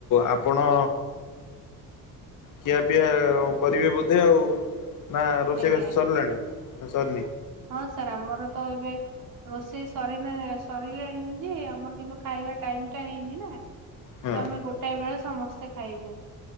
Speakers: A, on the left; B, on the right.
A: ଆପଣ ଖିଆ ପିଆ କରିବେ ବୋ ଧେ ଆଉ ନା ରୋଷେଇ
B: ଆଜ୍ଞା
A: ବାସ ସରିଲାଣି ନା ସରି
B: ହଁ ସାର୍ ଆମର ତ ଏବେ ରୋଷେଇ ସରି ସରିଲାଣି ଯେ ଆମର କିନ୍ତୁ ଖାଇବା ଟାଇମ ଟା ହେଇନି ନା।
A: ହଁ।
B: ତ ଆମେ ଗୋଟାଏ ବେଳେ ସମସ୍ତେ ସମସ୍ତେ ଖାଇବୁ